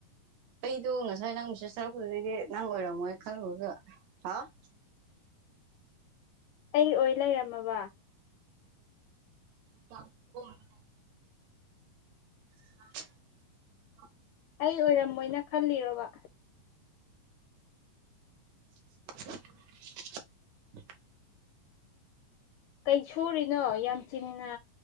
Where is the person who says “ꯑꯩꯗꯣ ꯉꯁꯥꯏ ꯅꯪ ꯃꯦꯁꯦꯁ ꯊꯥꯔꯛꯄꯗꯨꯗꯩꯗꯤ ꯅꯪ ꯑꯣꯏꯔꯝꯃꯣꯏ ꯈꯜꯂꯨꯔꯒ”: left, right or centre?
Right